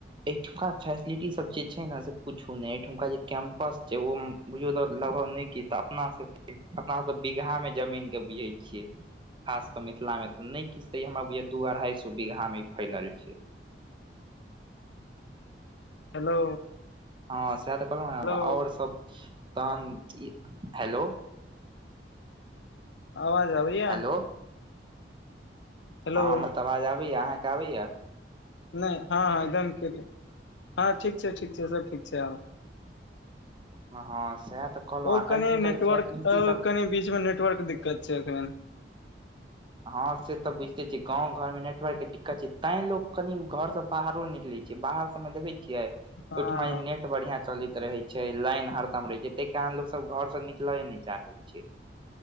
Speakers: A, on the right (about 25°); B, on the left (about 85°).
A: एहिठमा फेसिलिटी सब जे छै ने से पूछु ने एठमका जे कैंपस छै ओ बुझू तऽ लभग नहि क तऽ अपना सबके अपना सब तऽ बीघा मे जमीन के बुझै छियै खास कऽ मिथिला मे तऽ नहि किछु त हमरा दू अढ़ाई सए बीघा मे फैलल छै
B: हेलो
A: हँ सएह तऽ कहलहुँ
B: हेलो
A: ने आओर सब तहन हेलो
B: आवाज आबै यै
A: हेलो
B: हेलो
A: हँ हमर तऽ आवाज आबैयै अहाँके आबैयै
B: नहि हँ हँ एकदम कि हँ ठीक छै ठीक छै सब ठीक छै आब
A: हँ सएह तऽ कहलहुँ
B: ओ कनि
A: एहिठुमका
B: नेटवर्क
A: जे फैसिलिटी सब
B: कनि बीच मे नेट नेटवर्क दिक्कत छै एखन
A: हँं से तऽ बुझते छी गाँंब घर मे नेटवर्क के दिक्कत छै तें लोग कनी घर से बाहरो निकलै बाहर सब मे देखै छियै ओहिठुमा
B: हँ
A: नेट बढ़िया चलैत रहे छै लाइन हरदम रहे छै ताहि कारण लोक सब घर से निकले न नहि चाहैय छै